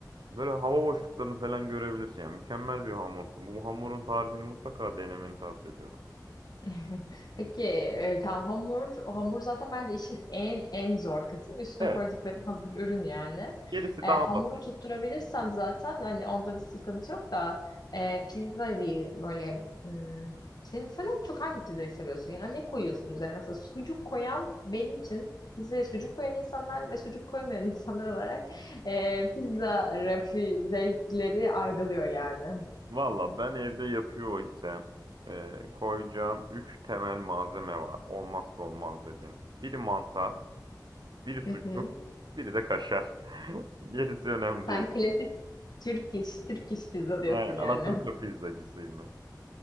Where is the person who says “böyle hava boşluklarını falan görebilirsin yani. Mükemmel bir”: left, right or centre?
Right